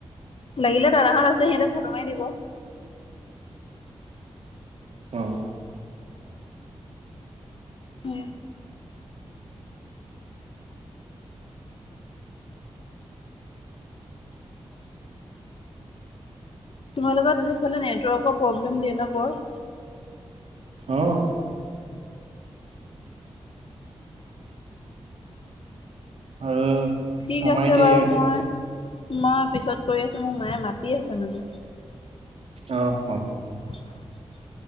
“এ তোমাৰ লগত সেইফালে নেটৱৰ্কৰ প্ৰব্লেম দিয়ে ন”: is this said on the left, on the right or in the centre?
Left